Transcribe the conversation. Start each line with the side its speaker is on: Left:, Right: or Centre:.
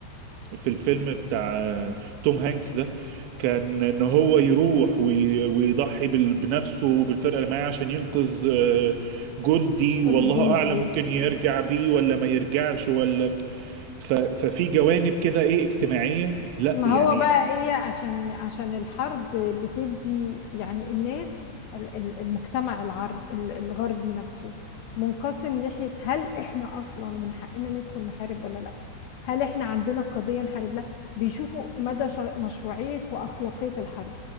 Right: في الفيلم بتاع آه، توم هانكس ده كان ان هو يروح وي- ويضحي بال- بنفسه وبالفرقه اللي معاه عشان ينقذ آه، جندي والله
Left: الجندي
Right: اعلم ممكن يرجع بيه ولا ما يرجعش ولا ف- ففي جوانب كده ايه اجتماعيه لا
Left: ما
Right: يعني
Left: هو بقى ايه عشان عشان الحرب بتدي يعني الناس ال- ال- المجتمع العرب ال- الغربي نفسه منقسم ناحية هل احنا اصلا من حقنا ندخل نحارب ولا لا هل احنا عندنا قضية نحارب لها بيشوفوا مدى شر- مشروعية واخلاقية الحرب